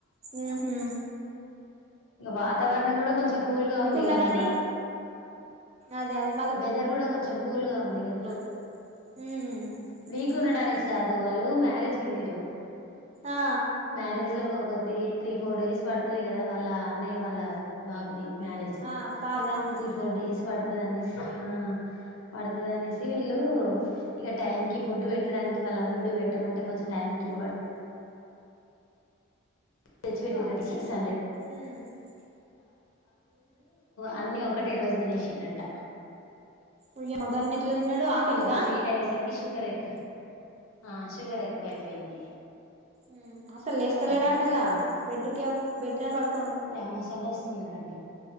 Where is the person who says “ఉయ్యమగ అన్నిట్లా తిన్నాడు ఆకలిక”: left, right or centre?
Right